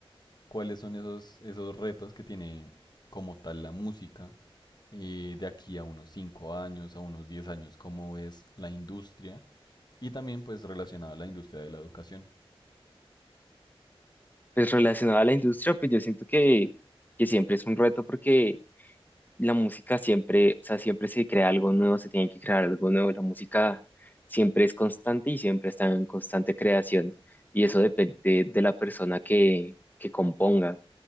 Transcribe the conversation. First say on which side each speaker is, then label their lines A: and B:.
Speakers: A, on the left; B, on the left.
A: cuáles son esos, esos retos que tiene como tal la música eh, de aquí a unos 5 años, a unos 10 años, cómo es la industria y también pues relacionado a la industria de la educación.
B: Pues relacionado a la industria, pues yo siento que, que siempre es un reto porque la música siempre, o sea, siempre se crea algo nuevo, se tiene que crear algo nuevo. La música siempre es constante y siempre está en constante creación. Y eso depende de la persona que, que componga,